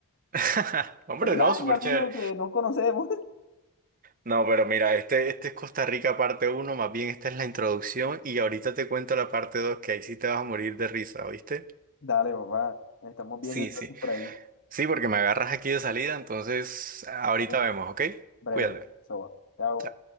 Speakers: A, on the right; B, on the left.
A: <laughs> Hombre,
B: Feliz
A: no,
B: año,
A: súper
B: amigo,
A: chévere.
B: que no conocemos.
A: No, pero mira, este, este es Costa Rica parte uno más bien esta es la introducción y ahorita te cuento la parte 2 que ahí sí te vas a morir de risa, ¿oíste?
B: <laughs> Dale, papá. Nos estamos viendo
A: Sí,
B: entonces
A: sí.
B: por ahí.
A: Sí, porque me agarras aquí de salida, entonces ahorita
B: Dale,
A: vemos, ¿ok?
B: breve.
A: Cuídate.
B: Soba. Chao.
A: Chao.